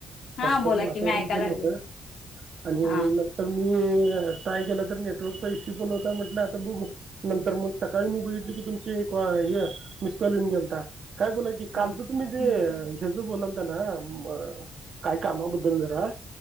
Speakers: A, on the left; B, on the right.
A: हा
B: पावसाचं
A: हा बोला
B: वातावरण
A: की मी ऐकाय
B: पण
A: लागले
B: होत आणि
A: हा
B: नंतर म मग ट्राय केला तर नेटवर्कचा इश्यू पण होता म्हटलं आता बघ नंतर मग सकाळी मी बघितली की तुमचे कॉ हे मिस कॉल येऊन गेलता. काय बोला की कालचं
A: हा हा
B: तुम्ही ते बोलालता ना मग काय कामाबद्दल जरा?